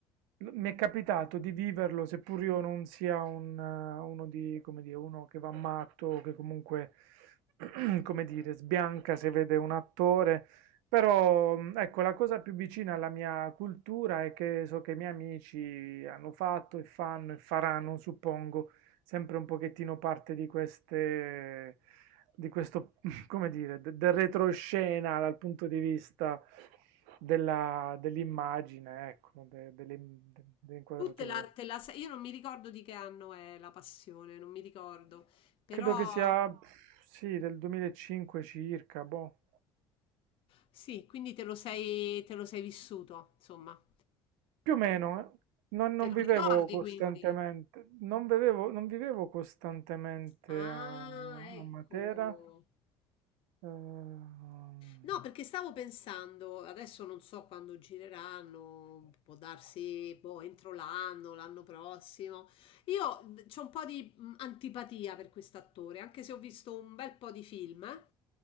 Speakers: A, on the right; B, on the left.
A: l- mi è capitato di viverlo, seppur io non sia un, eh, uno di, come dire, uno che va matto, o che comunque, <clears throat> come dire, sbianca se vede un attore. Però, mh, ecco, la cosa più vicina alla mia cultura è che so che i miei amici hanno fatto e fanno e faranno, suppongo, sempre un pochettino parte di queste, di questo, <laughs> come dire, de- del retroscena dal punto di vista della- dell'immagine, ecco, de- delle, de- delle inquadrature.
B: Tu te la, te la sei- io non mi ricordo di che anno è La Passione, non mi ricordo. Però
A: Credo che sia, pff, sì, del 2005 circa, boh.
B: sì, quindi te lo sei, te lo sei vissuto, insomma.
A: Più o meno, eh. Non, non
B: Te lo
A: vivevo
B: ricordi
A: costantemente,
B: quindi?
A: non vivevo, non vivevo costantemente
B: Ah,
A: a, a
B: ecco.
A: Matera. ehm,
B: No, perché stavo pensando, adesso non so quando gireranno, può darsi boh, entro l'anno, l'anno prossimo. Io ho un po' di mh, antipatia per quest'attore, anche se ho visto un bel po' di film.